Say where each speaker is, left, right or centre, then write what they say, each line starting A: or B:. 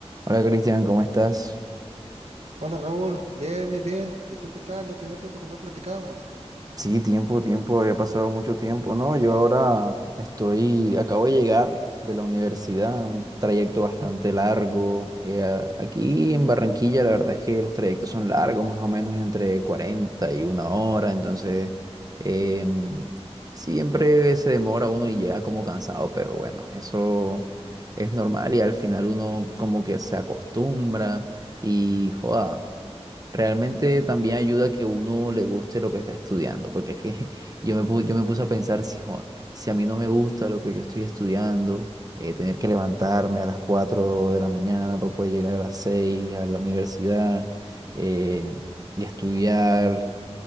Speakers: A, on the right (about 35°); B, on the right (about 75°).
A: Hola Cristian, ¿cómo estás?
B: Hola Raúl, bien, bien, bien. ¿Y tú qué tal? Ya tenía tiempo que no platicábamos.
A: Sí, tiempo, tiempo, había pasado mucho tiempo. No, yo ahora estoy, acabo de llegar de la universidad, un trayecto bastante largo. eh, a- aquí en Barranquilla la verdad es que los trayectos son largos, más o menos entre 40 y una hora, entonces em, siempre se demora uno y llega como cansado, pero bueno, eso es normal y al final uno como que se acostumbra y joda. Realmente también ayuda a que uno le guste lo que está estudiando, porque es que <laughs> yo me, pu- yo me puse a pensar si, "Joa, si a mí no me gusta lo que yo estoy estudiando, eh, tener que levantarme a las 4 de la mañana para poder llegar a las 6 a la universidad eh, y estudiar,